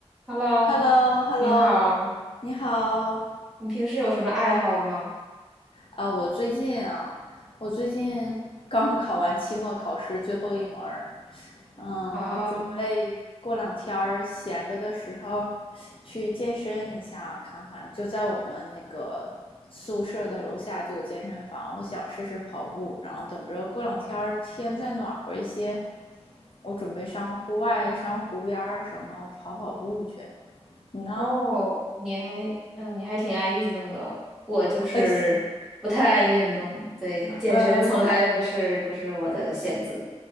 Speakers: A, in the centre; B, on the left (about 50°).
A: Hello，
B: h e l l o h e
A: 你好，
B: l l o 你好
A: 你平时有什么爱好吗？
B: 啊！我最近啊，我最近刚考完期末考试最后一门儿，嗯，
A: 啊，
B: 我准备过两天儿闲着的时候去健身一下，看看就在我们那个宿舍的楼下就有健身房，我想试试跑步，然后等着过两天儿天再暖和一些，我准备上户外、上湖边儿什么跑跑步去。你呢？
A: 哦，你还，嗯，你还挺爱运动的哦。我就是不太爱运动，
B: 哎，
A: 对，
B: <laughs>
A: 健身从来不是不是我的选择。
B: 呃，